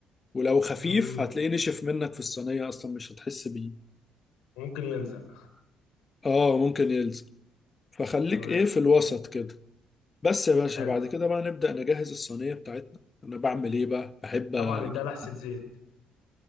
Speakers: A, on the left; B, on the left.
A: ولو خفيف
B: مم.
A: هتلاقيه نشف منك في الصينية أصلا مش هتحس بيه
B: ممكن يلزق
A: اه ممكن يلزق فخليك
B: تمام
A: ايه في الوسط كده بس يا باشا
B: حلو
A: بعد كده بقى نبدأ نجهز الصينية بتاعتنا أنا بعمل ايه بقى بحب
B: طبعا
A: أجيب
B: ده لحسة زيت